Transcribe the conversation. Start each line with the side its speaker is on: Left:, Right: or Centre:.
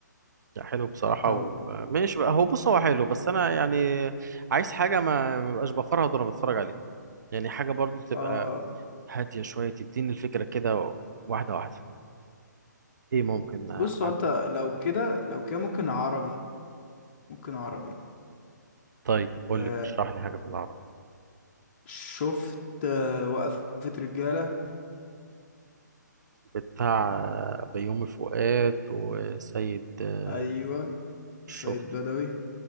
Right: لا حلو بصراحة
Left: طب
Right: وماشي بقى هو بص هو حلو بس أنا يعني عايز حاجة ما ما بقاش بفرهد وأنا بتفرج عليه يعني حاجة برضو تبقى
Left: اه
Right: هادية شوية تديني الفكرة كده واحدة واحدة ايه ممكن آه،
Left: بص هو
Right: عندك
Left: انت لو كده لو كده ممكن عربي ممكن عربي
Right: طيب قول
Left: آه
Right: لي اشرح لي حاجة في العربي
Left: شفت آه وقفة رجالة
Right: بتاع آه، بيومي فؤاد وسيد آه،
Left: ايوه
Right: شفته
Left: سيد بدوي